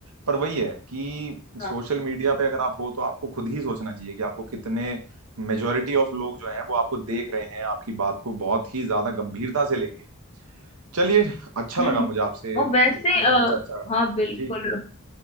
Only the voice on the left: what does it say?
हाँ
हम्म
हम्म
और
वैसे
आ,
हाँ बिल्कुल